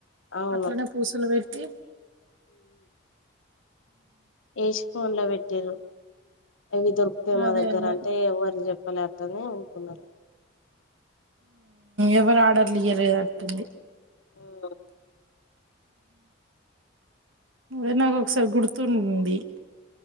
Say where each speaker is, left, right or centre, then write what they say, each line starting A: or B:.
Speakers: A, on the left; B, on the right.
A: అవును
B: అట్లనే పూసలు పెట్టి.
A: వేసి ఫోన్ లో పెట్టారు అవి దొరికుతాయి మా
B: అదే
A: దగ్గర
B: అదే
A: అంటే ఎవరు చెప్. మళ్లీ అట్టనే ఉంటున్నారు.
B: ఎవరు ఆర్డర్లు ఇయలేరట్ఉంది.
A: ఆ
B: అదే నాకు ఒకసారి గుర్తుంది.